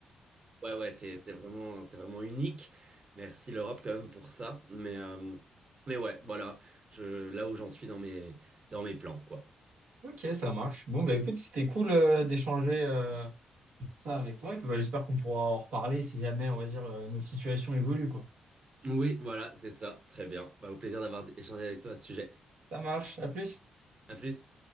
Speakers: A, on the right (about 40°); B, on the right (about 70°).
A: Ouais, ouais, c'est c'est vraiment, c'est vraiment unique. Merci l'Europe quand même pour ça. Mais, euh, mais ouais, voilà, je, là où j'en suis dans mes, dans mes plans, quoi.
B: Ok, ça marche. Bon, bah écoute, c'était cool, euh, d'échanger, euh, ça avec toi. Et puis, bah, j'espère qu'on pourra en reparler si jamais, on va dire, euh, nos situations évoluent, quoi.
A: Oui, voilà, c'est ça. Très bien. Bah, au plaisir d'avoir échangé avec toi à ce sujet.
B: Ça marche. À plus.
A: À plus.